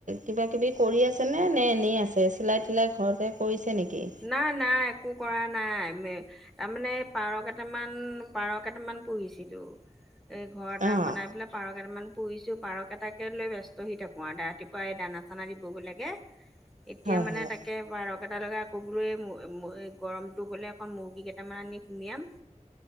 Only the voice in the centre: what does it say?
নাই নাই একো কৰা নাই। মে তাৰমানে পাৰ, কেইটামান পাৰ, কটামান পুহিছিলো। এই ঘৰ এটা
বনাই পেলায় পিনে পাৰ, কেইটামান পুহৰিছো পাৰকেইটাকে, লৈ ব্যস্ত হৈ থাকো আৰু ৰাতিপুৱা এই দানা- চানা দিবগৈ লাগে। এতিয়া
মানে
তাকে পাৰ, কেইটা লৈকে সো গৰমটো গ'লে অক মুৰ্গী, কেইটামান আনি সুমিয়াম।